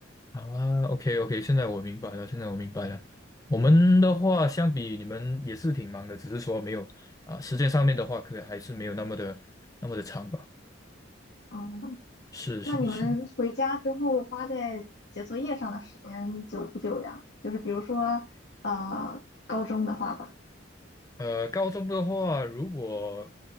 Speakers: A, on the left (about 20°); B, on the left (about 60°).
A: 啊，OK OK，现在我明白了，现在我明白了。我们的话，相比你们也是挺忙的，只是说没有啊，时间上面的话，可还是没有那么的那么的长吧。
B: 嗯，
A: 是是是，
B: 那你们回家之后花在写作业上的时间久不久呀？就是比如说，呃，高中的话吧，
A: 呃，高中的话，如果